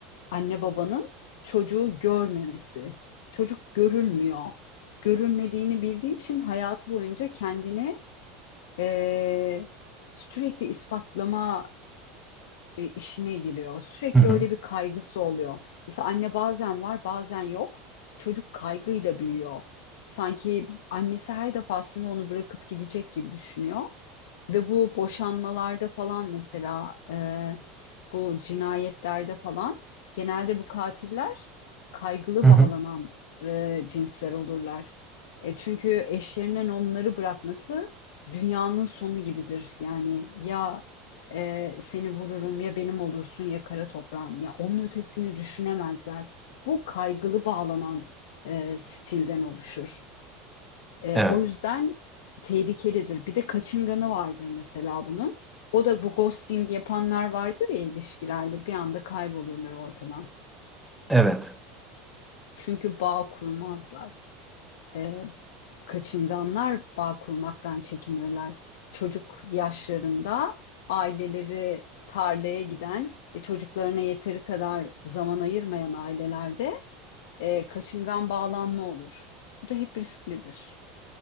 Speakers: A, on the left; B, in the centre.
A: anne babanın çocuğu görmemesi. Çocuk görülmüyor. Görülmediğini bildiği için hayatı boyunca kendine e, sürekli ispatlama e, işine giriyor. Sürekli
B: Hı hı.
A: öyle bir kaygısı oluyor. Mesela anne bazen var, bazen yok. Çocuk kaygıyla büyüyor. Sanki annesi her defasında onu bırakıp gidecek gibi düşünüyor. Ve bu boşanmalarda falan mesela e, bu cinayetlerde falan genelde bu katiller kaygılı
B: Hı
A: bağlanan
B: hı.
A: e, cinsler olurlar. E, çünkü eşlerinin onları bırakması dünyanın sonu gibidir. Yani ya e, seni vururum ya benim olursun ya kara toprağın ya onun ötesini düşünemezler. Bu kaygılı bağlanan e, stilden oluşur. E,
B: Evet,
A: o yüzden tehlikelidir. Bir de kaçınganı vardır mesela bunun. O da bu ghosting yapanlar vardır ya ilişkilerde bir anda kaybolurlar ortadan.
B: evet.
A: Çünkü bağ kurmazlar. E, kaçınganlar bağ kurmaktan çekinirler. Çocuk yaşlarında aileleri tarlaya giden ve çocuklarına yeteri kadar zaman ayırmayan ailelerde e, kaçıngan bağlanma olur. Bu da hep risklidir.